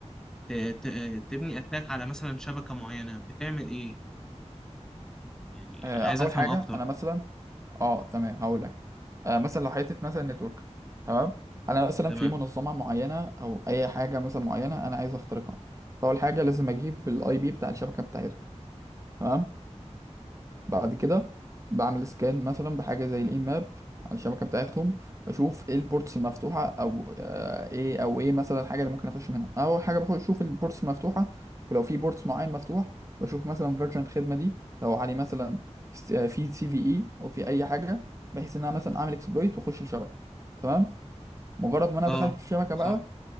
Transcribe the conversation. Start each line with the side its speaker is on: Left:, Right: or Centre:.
Centre: ت... ت... تبني أتاك على مثلا شبكة معينة بتعمل إيه؟ يعني
Right: آه
Centre: أنا عايز
Right: اول
Centre: أفهم
Right: حاجه
Centre: أكتر
Right: انا مثلا اه تمام هقول لك آه مثلا لو حته مثلا نتورك تمام انا مثلا
Centre: تمام
Right: في منظمه معينه او اي حاجه مثلا معينه انا عايز اخترقها فاول حاجه لازم اجيب الاي بي بتاع الشبكه بتاعتهم تمام بعد كده بعمل سكان مثلا بحاجة زي الاي ماب على الشبكة بتاعتهم بشوف ايه البورتس المفتوحة او آه، ايه او ايه مثلا الحاجة اللي ممكن اخش منها اول حاجة بخش اشوف البورتس المفتوحة ولو في بورتس معين مفتوح بشوف مثلا فيرجن الخدمة دي لو عليه مثلا س- آه، في سي في اي او في اي حاجة بحيث ان انا مثلا اعمل اكسبلويت واخش الشبكة تمام مجرد ما انا
Centre: اه
Right: دخلت الشبكة بقى
Centre: صح